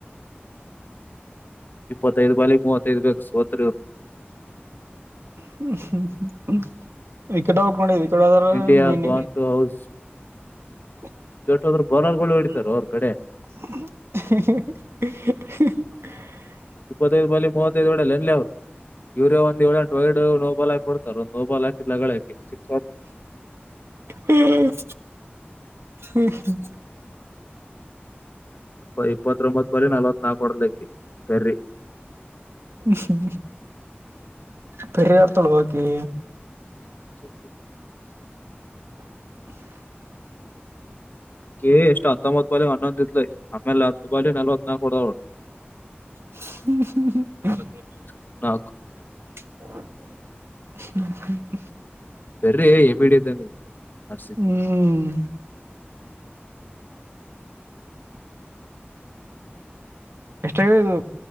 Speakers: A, on the left; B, on the right.
A: ಇಪ್ಪತ್ತೈದ್ ಬಾಲ ಮೂವತ್ತೈದ್ಗಕ ಸೋತ್ರು
B: ಹ್ಮ ಹ್ಮ್ ವಿಕೆಟ್ ಟ್ ನೋಡಿದವಿ ಡದರ
A: ಇಂಡಿಯಾ
B: ಮನ್
A: ಗಾನ್ ಟು ಹೌಸ್
B: <inaudible>
A: ಕೆಟ್ಟೋದ್ರ ಬೌಲರ್ಗಳು ಹೊಡಿತಾರ ಅವ್ರ ಕಡೆ
B: ಹ
A: ಇಪ್ಪತ್ತೈದು ಬಲಿ ಮೂವತ್ತೈದದು ಒಡೆಯಲ್ಲ ಎಲ್ಲ ಅವ್ರು ಯೂರಿಯಾ ಒಂದು ಏಳೆಂಟು ವೈಡ್ ನೋಬಲ್ಕಿ ಕೊಡ್ತಾರ ಒಂದು ನೋಬಾಲ್ ಹಾಕಿದ್ಗಳಕಿ ಸಿಕ್ <inaudible>
B: ಹ್ಮ್ ಹ್ಮ್ ಹ್ಮ
A: ಇಪ್ಪತ್ಬತ್ ಬರ ನಲ್ವತ್ ನಾಲ್ಕು ಹೊಡ್ಲಿಕ್ಕೆ ಬೆರ್ರಿ
B: ಹ್ಮ ಪರಿ ಇರತಳವಾಕಿ
A: <inaudible>
B: <inaudible>
A: ಕೇ ಎಷ್ಟು ಹತ್ತೊಂಬತ್ತು ಬಾಯಲಿ ಒನ್ನೊಂದ ಇದ್ ಆಮೇಲೆ ಹತ್ತು ಬಾಯಲಿ ನಲ್ಲವತ್ ನಲ್ಕು ಕೊಡಳ
B: ಹ್ಮ ಹ್ಮ
A: ನಲ್ವತ್ನಾಲ್ಕು
B: ಹ್ಮ್ಮ.
A: ಸರ್ರಿ ಎಬೇಡ್ದ ನೀ ಅರ್ಸಿದಿ
B: ಹ್ಮ್ ಎಷ್ಟಾಗದು